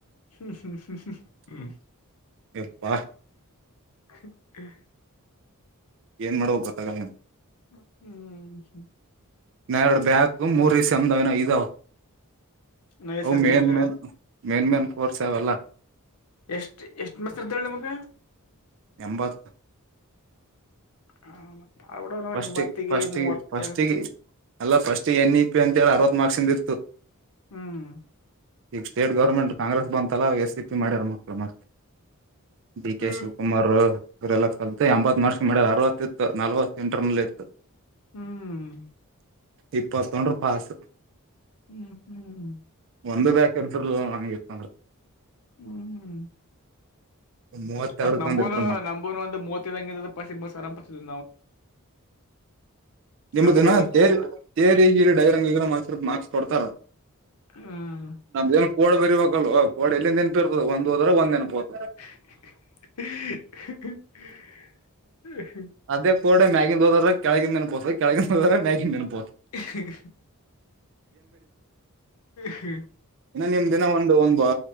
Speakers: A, on the left (about 90°); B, on the right (about 55°).
A: ಹ್ಮ ಹ್ಮ ಹ್ಮ ಹ್ಮ
B: ಎಪ್ಪಾ
A: ಹ್ಮ
B: ಏನ್ ಮಾಡುವ ಗೊತ್ತಾಗ ಆಗಬಲ್ಲದು
A: ಹ್ಮ್್ಮ
B: ಎರಡು ಬ್ಯಾಕ್ ಮೂರ ಈ ಸೆಮಿಸ್ಟ ಇದಾವ
A: ನಯ
B: ಅವು
A: subject
B: main main main main course ಅವೆಲ್ಲ
A: ಎಷ್ಟ ಎಷ್ಟು ಮಸ್ದಳ ನಿಮಗ
B: ಎಂಬತ್
A: ಹ ಮ ಆಡ
B: ಫಸ್ಟಿಗೆ
A: ಎಂಬತ್ತಿಗೆ
B: ಫಸ್ಟಿಗೆ
A: ಮೂವತ್ತ
B: ಫಸ್ಟಿಗೆ ಅಲ್ಲ ಫಸ್ಟ್ ಎನ್ ಇ ಪಿ ಅಂತೇಳಿ ಅರವತ್ ಮಾರ್ಕ್ಸ್ಿಂದ ಇತ್ತು
A: ಹ್ಮ್
B: ಈಗ ಸ್ಟೇಟ್ ಗೌರ್ಮೆಂಟ್ ಕಾಂಗ್ರೆಸ್ ಬಂತಲ್ಲ ಎಸ್ ಸಿ ಪಿ ಮಾಡ್ಯಾರ ಮಕ್ಳು ಮತಿ ಡಿ ಕೆ
A: ಹ್ಮ್
B: ಶಿವಕುಮಾರ್ ಇರೆಲ್ಲ ಕಲಿತ ಎಂಬತ್ ಮಾರ್ಕ್ಸ್ ಅರವತ್ತ ಇತ್ತು ನಲ್ವತ ಇಂಟರ್ನಲ್ ಇತ್ತು
A: ಹ್ಮ್
B: ಇಪ್ಪ ತೊೊಂಡ್ರ ಪಾಸ್
A: ಹ್ಮ್ ಹ್ಮ್
B: ಒಂದು ಬಾಕಿ ಇರ್ತಾ ಇರಲಿಲ್ಲ
A: ಹ್ಮ್ ಹ್ಮ್
B: ಮೂವತ್ತೆರಡು
A: ಮತ್ತೇ
B: ತಂದ ಇಟ್ರ ಮಾರ್ಕ್ಸ್
A: ನಮ್ಮದು ನೂ ಮೂವತ್ತು ಐದು ಇದ್ದರೆ ಪಾಸ್ ಆಗ್ಬಿಡ್ತಿತ್ತು
B: ನಿಮ
A: ನಮ್ಗ
B: ದಿನ
A: ಐವತ್ತೆಟ್
B: ತೇರಿ ತೇರಿ ಡೈರಂಗಕ್ ಮಾರ್ಕ್ಸ್ ಕೊಡ್ತಾರ
A: ಹ್ಮ್
B: ನಮ ಏನ್ ಕೋಡೆ ಬರಬೇಕಲ್ವ ಕೋಡ್ ಎಲ್ಲಿಂದ ಏನ್ಪರ್ತದೆ ಒಂದ್ ಹೋದ್ರೆ ಒಂದ್ ೆನಪತ
A: <inaudible>
B: ಅದೇ ಕೋಡ್ ಮೇಲಿಂದ ಹೋದರೆ ಕೆಳಗಿನ ನೆನಪು ಹೋಗುತ್ತೆ
A: <inaudible> ಹ್ಮ್ಮ
B: ಇನ್ನು ನಿಮ್ ದಿನ ಒಂದು ಒಂದು ಒ